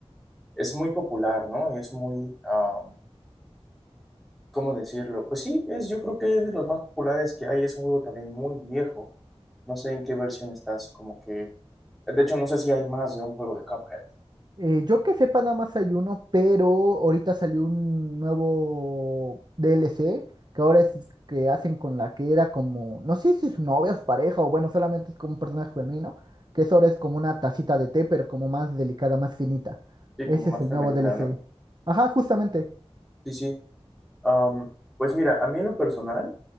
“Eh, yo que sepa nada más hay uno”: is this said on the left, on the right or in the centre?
Right